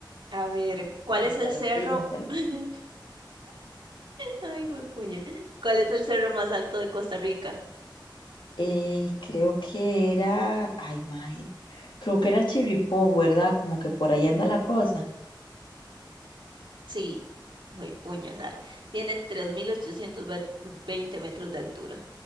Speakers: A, on the right; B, on the left.
A: a ver, ¿cuál
B: Piénsalo,
A: es el cerro?
B: piénsalo.
A: <laughs> Ay, güey, puña. ¿Cuál es el cerro más alto de Costa Rica?
B: Eh, creo que era, ay, mae, creo que era el Chirripó, ¿verdad? Como que por ahí anda la cosa.
A: Sí, güey, puñasal. Tiene tres mil ochocientos veinte metros de altura.